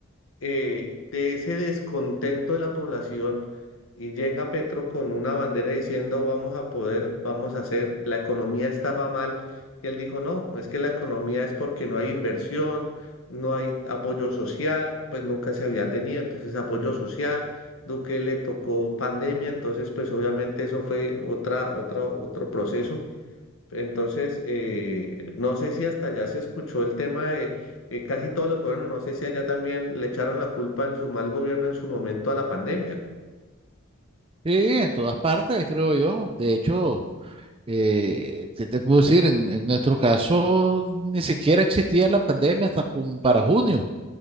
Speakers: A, on the left; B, on the right.
A: eh, de ese descontento de la población y llega Petro con una bandera diciendo vamos a poder, vamos a hacer, la economía estaba mal y él dijo no, es que la economía es porque no hay inversión, no hay apoyo social, pues nunca se había tenido, entonces apoyo social. Duque le tocó pandemia, entonces pues obviamente eso fue otra, otra, otro proceso. Entonces, eh, no sé si hasta allá se escuchó el tema de eh, casi todos los gobiernos, no sé si allá también le echaron la culpa en su mal gobierno en su momento a la pandemia.
B: Sí, en todas partes, creo yo. De hecho, Eh, ¿qué te puedo decir? En, en nuestro caso, ni siquiera existía la pandemia hasta como para junio.